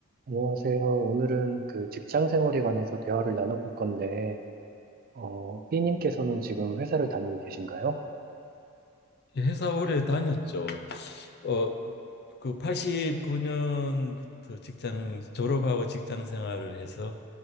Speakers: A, on the right; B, on the left.
A: 안녕하세요. 오늘은 그 직장 생활에 관해서 대화를 나눠볼 건데, 어, B님께서는 지금 회사를 다니고 계신가요?
B: 회사 오래 다녔죠. 어, 그 89년부터 직장 졸업하고 직장 생활을 해서